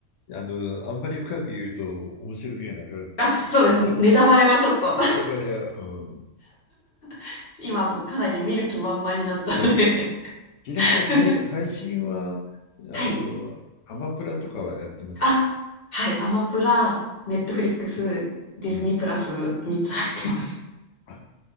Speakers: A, on the left; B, on the left.
A: あ、あの、あんまり深く言うと面白みがなくなるんで、
B: あ、そうです。
A: なくなるんで、
B: ネタバレはちょっと
A: ネタバレは、うん。
B: <laughs> 今もうかなり見る気満々になったので
A: え、
B: <laughs>
A: ちなみに配、配信は、あの、
B: はい。
A: アマプラとかはやってます
B: あ、はい。アマプラ、ネットフリックス、ディズニープラス3つ入ってます。
A: うん。あ、